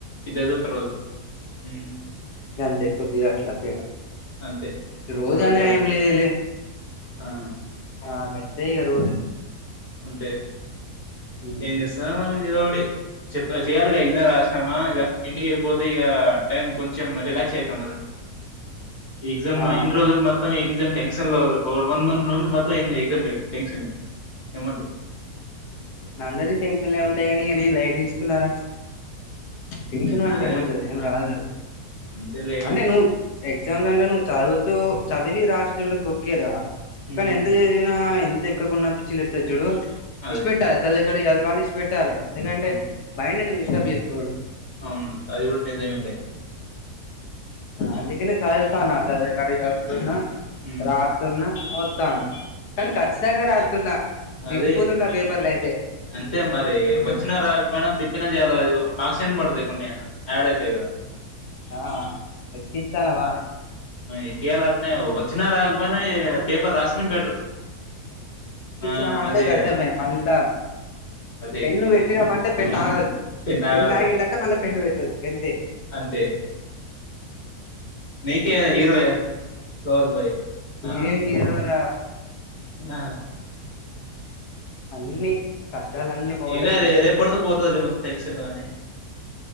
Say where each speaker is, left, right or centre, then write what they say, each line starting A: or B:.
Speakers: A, on the left; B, on the left.
A: ఇద్దరిదీ ఒక రోజు ఉమ్
B: అంతే కొద్ది అట్లా తేడా
A: అంతే ఒక
B: రోజానేయం
A: రోజు తేడా
B: లేదులే
A: ఆ
B: నాకైతే ఇక రోజు
A: అంతే
B: ఉమ్
A: ఏం చేస్తార మరి ఏదో ఒకటి చెప్ప చెయాలి క ఎగ్జామ్ రాసి మా ఇ ఇంటిక పోతే ఇక టైమ్ కొంచెం రిక్స్ అయితం కదా ఎగ్జామ్
B: ఆ
A: ఇయిన్ని రోజులు మొత్తం ఎ ఎక్సంలో టెన్షన్ వన్ మంత్ ను మొత్తం ఎజాట్ టెన్షన్మ
B: నా అందరి టెన్షన్లే ఉంటాయి కాగాని అని లైట్ తీసుకున్నారా టెన్షన్
A: నాదే
B: ఏమొత్తది ఏం రాదు
A: అంతేలే గాని
B: అంటే నువ్వు ఎగ్జామ్స్ అంటే నువ్వు చదువుతూ చదివి రాసేటోళ్లకు ఓకే రా
A: ఉమ్
B: కానీ ఎంత చదివినా ఎంత ఎక్కకుండా పిచ్చి లేతది చుడు
A: అదే
B: ఇసి పెట్టాలి చదిక్కడ చదవాల ఇసి పెట్టాలి ఎందుకంటే
A: అన్
B: మైడ్ డిస్టబ్ చేస్త
A: అవును అది కూడా నిజంమే లే
B: అందుకనే చాలల్స్తాను కడి న్నా
A: ఉమ్
B: రాతున్నా వస్తాను
A: ఉమ్
B: కానీ ఖచ్చితంగా రాతున్నా దింపుతున్నా
A: అది
B: పేపర్లు అయితే
A: అంటే మరి వచ్చినా రాకపోయినా తిప్పినా చేల అది మాక్స్ ఎన్ని పడతాయి కొన్నేనా యాడ్ అయితాయి కదా
B: ఆ ఎక్కిత్తాన బానే
A: ఎకియాల అట్నే వచ్చినా రాకపోయినా పేపర్ రాసిన బెటర్
B: ఇచ్చినామంటే
A: ఆ అదే
B: గద్దమే మళ్ళా
A: అదే
B: పెన్ను పెట్టిరమంటే పెన్న ఆగద్దు
A: పెన్ ఆగదు
B: పెన్న ఆగందంటే
A: ఇగ
B: మళ్ళా పెన్ను పెట్టొదు గంతే
A: అంతే నీకే హీరోయ నువ్వు ఫ్లవర్ బాయ్ ఆ
B: ఏం గిరోర
A: ఆ
B: అన్ని కష్టాలన్నీ మొగోళ్ళకే
A: ఇంగా రే
B: వస్తాయి
A: రేపడితో పోతది లే మనకు టెన్షన్ అని